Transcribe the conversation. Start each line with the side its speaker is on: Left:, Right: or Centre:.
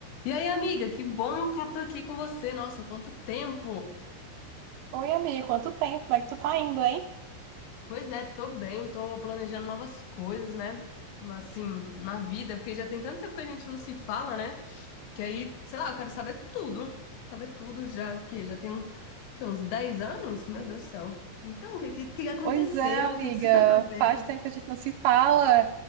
Left: E aí, amiga, que bom que eu tô aqui com você. Nossa, quanto tempo!
Right: Oi, amiga, quanto tempo? Como é que tu tá indo, hein?
Left: Pois é, tô bem, tô planejando novas coisas, né? Mas assim, na vida, porque já tem tanto tempo que a gente não se fala, né? Que aí, sei lá, eu quero saber tudo. Saber tudo já, que já tem um- que, uns 10 anos? Meu Deus do céu. Então, o que, que, que aconteceu?
Right: Pois é, amiga,
Left: O que, que você tá fazendo?
Right: faz tempo que a gente não se fala.